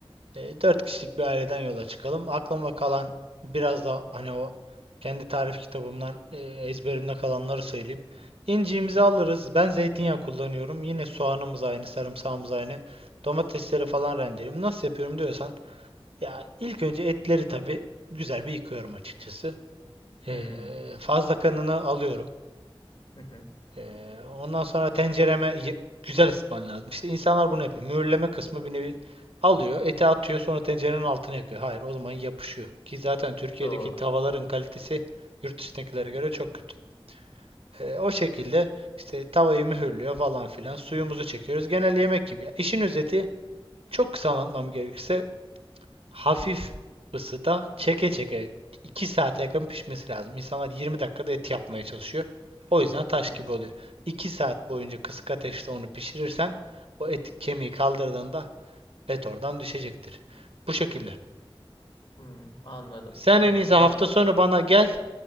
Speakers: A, on the right (about 80°); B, on the left (about 65°).
A: E, dört kişilik bir aileden yola çıkalım. Aklıma kalan biraz da hani o kendi tarif kitabımdan e, ezberimde kalanları söyleyeyim. İnciğimizi
B: hı hı,
A: alırız. Ben zeytinyağı kullanıyorum. Yine soğanımız aynı, sarımsağımız aynı. Domatesleri falan rendeliyorum. Nasıl yapıyorum diyorsan ya ilk önce etleri tabii güzel bir yıkıyorum açıkçası. E,
B: hı,
A: fazla kanını alıyorum.
B: hı hı.
A: Ee, ondan sonra tencereme ye- güzel ısıtman lazım. İşte insanlar bunu yapıyor. Mühürleme kısmı bir nevi alıyor, eti atıyor, sonra tencerenin altına yakıyor. Hayır, o zaman yapışıyor. Ki zaten Türkiye'deki
B: Doğru.
A: tavaların kalitesi yurt dışındakilere göre çok kötü. Ee, o şekilde işte tavayı mühürlüyor falan filan. Suyumuzu çekiyoruz. Genel yemek gibi. ya. İşin özeti çok kısa anlatmam gerekirse hafif ısıda çeke çeke 2 saate yakın pişmesi lazım. İnsanlar 20 dakikada et yapmaya çalışıyor. O yüzden taş
B: Hı
A: gibi
B: hı,
A: oluyor. 2 saat boyunca kısık ateşte onu pişirirsen o et kemiği kaldırdığında et oradan düşecektir. Bu şekilde.
B: hı. Anladım,
A: Sen
B: anladım
A: en iyisi hafta
B: yani.
A: sonu bana gel.